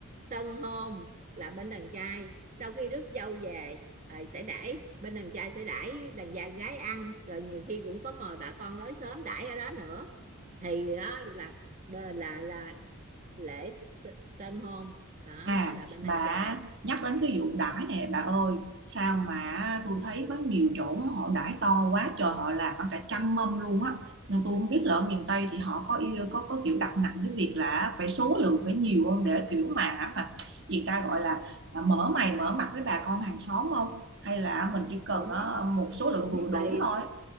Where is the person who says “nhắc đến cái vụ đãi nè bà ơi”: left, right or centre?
Right